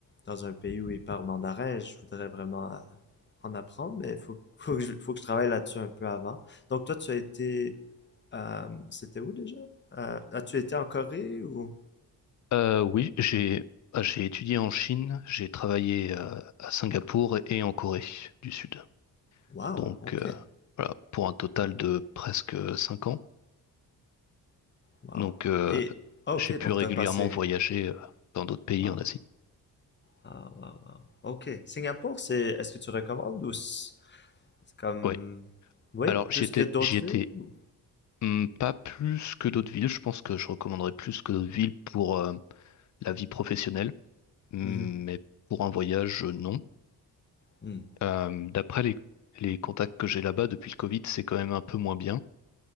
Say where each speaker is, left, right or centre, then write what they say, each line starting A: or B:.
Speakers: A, on the left; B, on the left.
A: dans un pays où ils parlent mandarin, je voudrais vraiment euh, en apprendre, mais il faut, faut, que je- faut que je travaille là-dessus un peu avant. Donc, toi, tu as été... euh, c'était où déjà? Euh, as-tu été en Corée ou...
B: Euh, oui, j'ai ah, j'ai étudié en Chine, j'ai travaillé euh, à Singapour et en Corée du Sud.
A: Wow,
B: Donc
A: ok,
B: euh, voilà, pour un total de presque cinq ans.
A: wow.
B: Donc euh,
A: Et, ah, ok,
B: j'ai pu
A: donc
B: régulièrement
A: tu as passé...
B: voyager euh, dans d'autres pays
A: Wow.
B: en Asie.
A: Ah, wow, wow. OK. Singapour, c'est, est-ce que tu recommandes ou c'est c'est comme,
B: Ouais.
A: oui,
B: Alors
A: plus
B: j'y étais,
A: que d'autres
B: j'y étais
A: villes ou-
B: Hum, Pas plus que d'autres villes. Je pense que je recommanderais plus que d'autres villes pour euh, la vie professionnelle, Hum,
A: Mhm,
B: mais pour un voyage, euh, non.
A: hmm.
B: Euh, d'après les, les contacts que j'ai là-bas depuis le Covid, c'est quand même un peu moins bien.